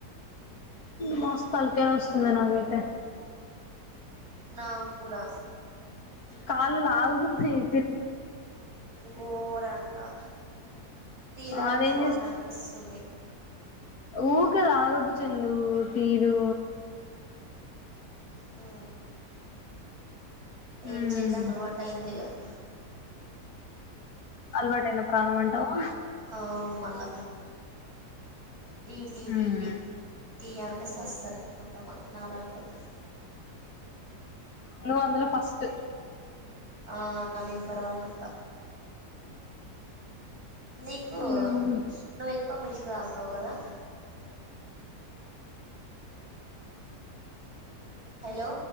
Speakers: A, on the left (about 65°); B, on the right (about 65°).
A: మస్త్ తలకాయ నొస్తుంది నాకైతే.
B: నాకూడా
A: కాళ్ళు లాగుతున్నయి.
B: గోరంగా టీ తాగితే
A: అదేం
B: బాగుండు అనిపిస్తుంది
A: ఊక తాగొద్దు చెందు టీలు
B: హు
A: ఉమ్
B: ఏం చేద్దాం అలవాటు అయింది ఇగా అ
A: అలవాటైన ప్రాణం అంటావా
B: అవును మల్ల టీ టీ టీ
A: ఉమ్
B: టి టీ అంటే సస్తారు కొంతమంది నాలంటోళ్జు
A: నువ్వు అందులో ఫస్ట్
B: ఆ నెంబర్ వన్ ఉంటా నీకు
A: ఉమ్
B: నువ్వు ఎక్కువ మిల్క్ తాగుతావు కదా హలో